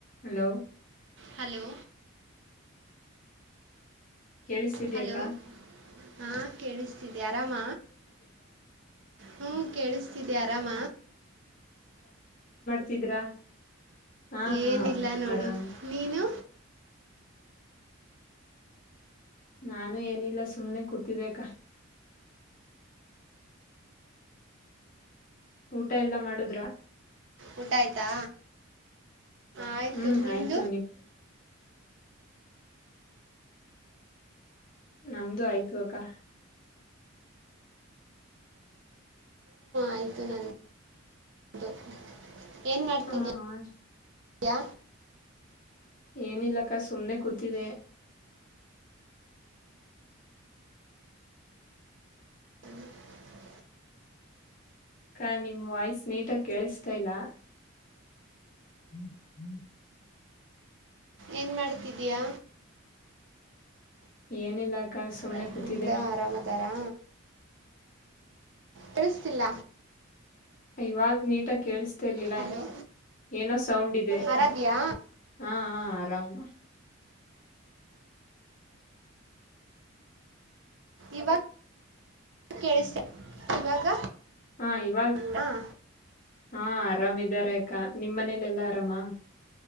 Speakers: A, on the left; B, on the right.
A: Hello
B: hello
A: ಕೇಳಿಸ್ತಿದಿಯಾ
B: hello
A: ಅಕ್ಕ
B: ಹಾಂ ಕೇಳಿಸ್ತಿದೆ ಆರಾಮ ಹ್ಮ್ ಕೇಳಿಸ್ತಿದೆ ಆರಾಮ
A: ತಿದ್ರಾ ಹಾ ಹಾ
B: ಏನಿಲ್ಲ ನೋಡು
A: ಆರಾಮ
B: ನೀನು
A: ನಾನು ಏನಿಲ್ಲ ಸುಮ್ಮನೆ ಕೂತಿದ್ದೆ ಅಕ್ಕ ಊಟ ಎಲ್ಲಾ ಮಾಡುದ್ರ
B: ಊಟ ಆಯ್ತಾ ಆಯ್ತು
A: ಹ್ಮ್
B: ನಿಮ್ದು
A: ಆಯ್ತು ನಮ್ದು ಆಯ್ತುು ಅಕ್ಕಾ
B: ಆಯ್ತು ನಂದು ಏನ್ ಮಾಡ್ತಿದ್ದೀಯ
A: ಹ
B: ಯ
A: ಏನಿಲ್ಲಾಕ್ಕ ಸುಮ್ನೆ ಕೂತಿದ್ದೆ
B: ಹ್ಮ <inaudible>
A: ಅಕ್ಕ ನಿಮ್ ವಾಯ್ಸ್ ನೀಟಾಗಿ ಕೇಳಿಸತಾ ಇಲ್ಲ ಹ್ಮ್ ಹ್ಮ್ <inaudible>
B: ಏನ್ ಮಾಡ್ತಿದೀಯಾ
A: ಏನಿಲ್ಲ ಅಕ್ಕ ಸುಮ್ನೆ
B: ಬಂದ್
A: ಕೂತಿದೆ
B: ಕುಡ್ಲೆ ಆರಾಮ ಅದರಾ ಕೇಳಿಸ್ತಿಲ್ಲ
A: ಅಯ್ಯೋ ಇವಾಗ ನೀಟಾಗಿ ಕೇಳಸ್ತಿರ್ಲಿಲ್ಲ
B: ಹಲೋ
A: ಏನೋ ಸೌಂಡ್ ಇದೆ
B: ಆರಾಮಿದ್ಯಾ
A: ಹಾ ಹಾ ಆರಾಮ
B: ಇವಾಗ ಕೇಳಿಸ ಇವಾಗ
A: ಹಾ ಇವಾಗ
B: ಹಾಂ
A: ಹಾ ಆರಾಮಿದಾರೆ ಅಕ್ಕ ನಿಮ್ ಮನೇಲೆಲ್ಲಾ ಆರಾಮ